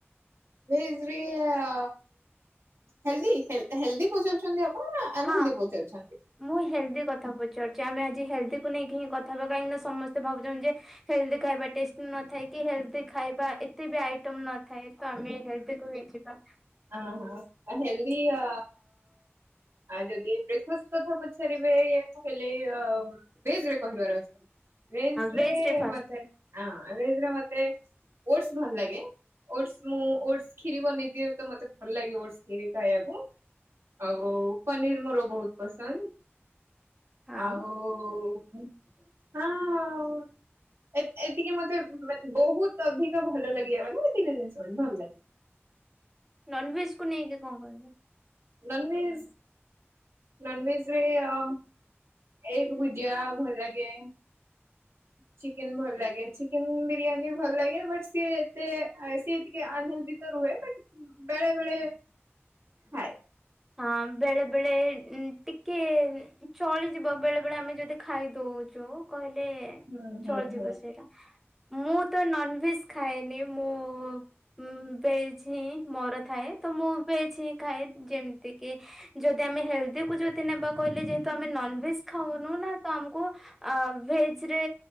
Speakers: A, on the right; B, in the centre.
A: ଭେଜ୍ ରେ ଆ ହେଲ୍ଦି ହେଲ୍ଦି ପଚାରୁଚନ୍ତି ଆ <unintelligible>
B: ହଁ।
A: ବହୁତ୍ ଅଛନ୍ତି।
B: ମୁଁ ହେଲ୍ଦି କଥା ପଚାରୁଚି, ଆମେ ଆଜି ହେଲ୍ଦିକୁ ନେଇକି ହିଁ କଥା ହବା କାହିଁକିନା ସମସ୍ତେ ଭାବୁଛନ୍ତି ଯେ ହେଲ୍ଦି ଖାଇବା ଟେଷ୍ଟି ନଥାଇ କି ହେଲ୍ଦି ଖାଇବା ଏତେ ବି ଆଇଟମ୍ ନଥାଏ ତ ଆମେ ହେଲ୍ଦି କୁ ହିଁ ଯିବା।
A: ହଁ ହଁ। ଆ ହେଲ୍ଦି ଅ ଆ ଯଦି ବ୍ରେକଫାଷ୍ଟ କଥା ପଚାରିବେ ତାହେଲେ ଭେଜ୍ ରେ କହିବାର ଅଛି। <unintelligible> ହଁ ଆଁ
B: ଭେଜ
A: ଏଇଥିରେ
B: ରେ ଫାଷ୍ଟ
A: ମତେ ଓଟସ୍ ଭଲ ଲାଗେ ଓଟସ୍। ମୁଁ ଓଟସ୍ କ୍ଷୀରି ବନେଇଦିଏ ତ ମତେ ଭଲ ଲାଗେ ଓଟସ୍ କ୍ଷୀରି ଖାଇବାକୁ। ଆଉ ପନିର୍ ମୋର ବହୁତ ପସନ୍ଦ।
B: ହଁ।
A: ଆଉ ହଁ ଆଉ ଏମ୍ ଏମତି କି ମତେ ମାନେ ବହୁତ ଅଧିକ ଭଲ ଲାଗିବ <unintelligible> ଭଲଲାଗେ।
B: ନନଭେଜ୍ କୁ ନେଇକି କଣ କହିବ?
A: ନନଭେଜ୍ ନନଭେଜ୍ ରେ ଅ ଏଗ୍ ଭୁଜିଆ ଭଲ ଲାଗେ। ଚିକେନ ଭଲ ଲାଗେ। ଚିକେନ ବିରିୟାନୀ ଭଲ ଲାଗେ ବଟ୍ ସିଏ ଏତେ ସିଏ ଟିକେ ଅନହେଲ୍ଦି ତ ରୁହେ। ବଟ୍ ବେଳେ ବେଳେ ଖାଏ।
B: ହଁ ବେଳେ ବେଳେ ଟିକେ ଚଳିଯିବ ବେଳେ ବେଳେ ଆମେ ଯଦି ଖାଇଦଉଚୁ କହିଲେ
A: ହୁଁ ହୁଁ
B: ଚଳିଯିବ
A: ହୁଁ।
B: ସେଇଟା। ମୁଁ ତ ନନଭେଜ୍ ଖାଏନି ମୁଁ ଉଁ ଭେଜ୍ ହିଁ ମୋର ଥାଏ। ତ ମୁଁ ଭେଜ୍ ହିଁ ଖାଏ। ଯେମତି କି ଯଦି ଆମେ ହେଲ୍ଦି କୁ ଯଦି ନେବା କହିଲେ ଯେହେତୁ ଆମେ ନନଭେଜ୍ ଖାଉନୁ ନା ତ ଆମକୁ ଅ ଭେଜ୍ ରେ